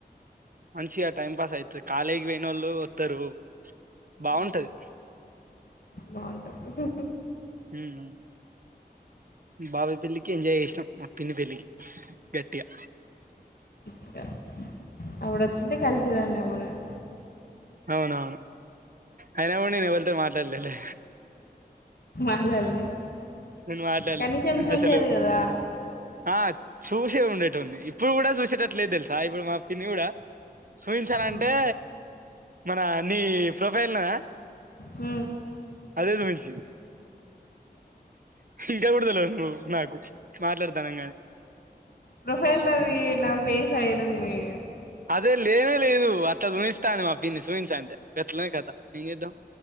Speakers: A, on the right; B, on the left.
A: మంచిగా టైమ్ పాస్ ఐతు కాలేజ్ పొయ్నోళ్ళు వత్తరు బాగుంటది
B: మ్మ్. బాగుంటుంది
A: ఉమ్ ఉమ్ బాబాయ్ పెళ్ల్ళికి ఎంజాయ్ చేసినాం మా పిన్ని పెళ్ళికి గట్టిగా
B: ఇంకా అవిడ ఒచ్చింటే కలిశెదాన్నేమో నేన్
A: అవునా అయిన గుడా నేన్ ఎవరితో మాట్లాడలేలే
B: మాట్లాడలే
A: నెన్ మాట్లడ్లే
B: కనీసం చూసేది
A: అసలు
B: కదా
A: ఆ చూసే ఉండేటోన్ని ఇప్పుడు గుడా చూసేటట్లేదు తెల్సా ఇప్పుడు మా పిన్ని కూడా సూయించాలంటే
B: మ్మ్.
A: మనా నీ ప్రొఫైల్ ఉన్నదా
B: మ్
A: దేడా మించింది ఇంకాకూడా తెల్వదు నువ్వు నాకు మాట్లాడతానం గాని
B: ప్రొఫైల్ లొ అదీ నా ఫేసైడ్ ఉంది
A: అదే లేనే లేదు ఎట్లా చూనిస్తాది మా పిన్ని చూయించు అంటే గట్లఉంది కథ ఏం చేద్దాం